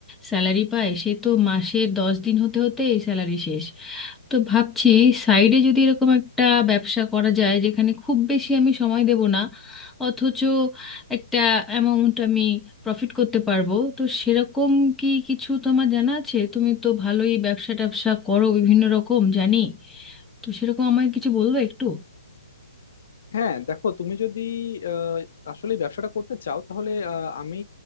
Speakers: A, in the centre; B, on the left (about 55°).
A: স্যালারি পাই সে তো মাসে দশ দিন হতে হতে এই স্যালারি শেষ তো ভাবছি সাইডে যদি এরকম একটা ব্যবসা করা যায় যেখানে খুব বেশি আমি সময় দেব না অথচ একটা অ্যামাউন্ট আমি প্রফিট করতে পারবো তো সেরকম কি কিছু তোমার জানা আছে তুমি তো ভালোই ব্যবসা ট্যাবসা করো বিভিন্ন রকম জানি তো সেরকম আমায় কিছু বলবে একটু
B: হ্যাঁ দেখো তুমি যদি আহ, আসলে ব্যবসাটা করতে চাও তাহলে আহ, আমি